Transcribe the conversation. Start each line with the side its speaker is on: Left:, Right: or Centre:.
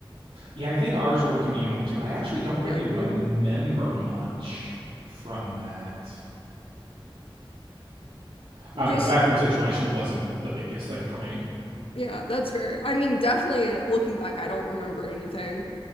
Right: Yeah, I think ours were communal too. I actually don't really
Left: Yeah, communal.
Right: remember much from that. I don't
Left: Just
Right: know. The bathroom situation wasn't the biggest thing for me. <laughs>
Left: yeah, that's fair. I mean, definitely uh, looking back, I don't remember anything.